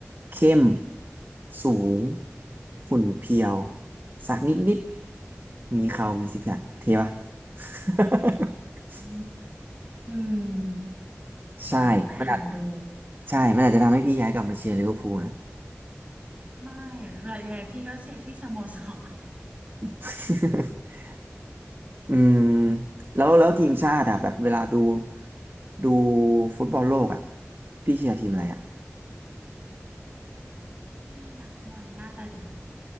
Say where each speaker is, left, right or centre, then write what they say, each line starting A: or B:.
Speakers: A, on the right; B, on the right.
A: เข้มสูงหุ่นเพรียวสักนิดนิดมีเขามีซิกแพคเท่ปะ <laughs>
B: อืม
A: ใช่มันอาจ
B: เดี๋ยวต้องไปหาดู
A: ใช่มันอาจจะทำให้พี่ย้ายกลับมาเชียร์ลิเวอร์พูลนะ
B: ไม่ระยะพี่ก็เชียร์ที่สโมสร
A: <laughs> อืมแล้วแล้วทีมชาติอะแบบเวลาดูดูฟุตบอลโลกอะพี่เชียร์ทีมอะไรอะ
B: ค่ะทีมที่นักบอลหน้าตาดี